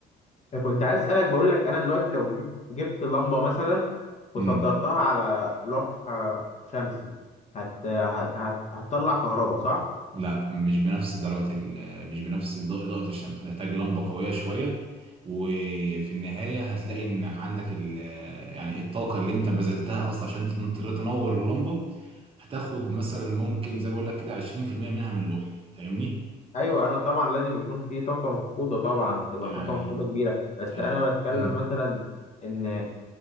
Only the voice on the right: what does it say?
مم.
لا مش بنفس درجة ال- مش بنفس ض- إضاءة الشمس هتحتاج لمبة قوية شوية وفي النهاية هتلاقي إن عندك ال يعني الطاقة اللي أنت بذلتها أصلا عشان تن- تنور اللمبة هتاخد مثلا ممكن زي ما بقول لك كده 20% منها من اللوح فاهمني؟
يعني
يعني
مم.